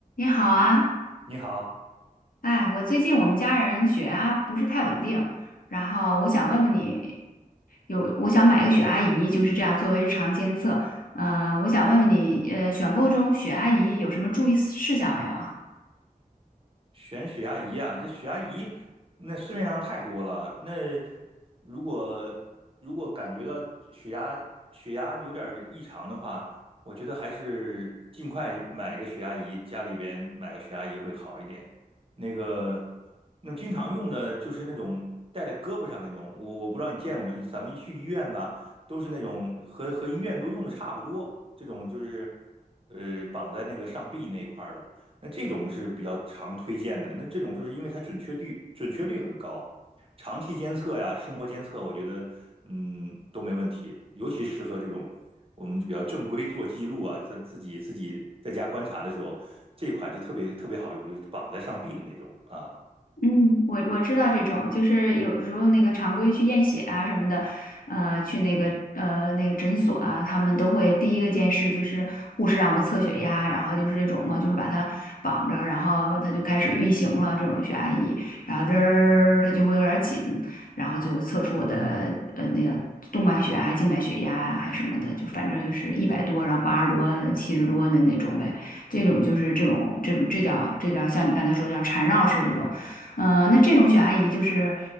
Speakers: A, on the left (about 70°); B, on the right (about 40°).
A: 你好啊，
B: 你好，
A: 哎，我最近我们家人血压不是太稳定，然后我想问问你，有我想买一个血压仪，就是这样作为日常监测。呃，我想问问你，呃，选购中血压仪有什么注意事项没有啊？
B: 选血压仪啊，这血压仪那市面上太多了。那如果如果感觉到血压血压有点儿异常的话，我觉得还是尽快买个血压仪，家里边买个血压仪会好一点。那个，那么经常用的就是那种戴在胳膊上那种，我我不知道你见过没有，咱们一去医院吧，都是那种和和医院都用的差不多，这种就是呃绑在那个上臂那一块儿的。那这种是比较常推荐的。那这种就是因为它准确率准确率很高，长期监测呀、生活监测，我觉得嗯都没问题，尤其适合这种我们比较正规做记录啊，在自己自己在家观察的时候，这款是特别特别好用，就是绑在上臂的那种啊。
A: 嗯，我我知道这种，就是有时候那个常规去验血啊什么的，呃，去那个呃那个诊所啊，他们都会第一个件事就是护士让我测血压，然后就是这种嘛，就是把它绑着，然后它就开始运行了。这种血压仪，然后这儿它就会有点紧，然后最后测出我的呃那个动脉血压、还静脉血压啊还什么的，就反正就是一百多，然后八十多、七十多的那种呗。这种就是这种这种这叫这叫像你刚才说的叫缠绕式这种。嗯、那这种选阿姨就是，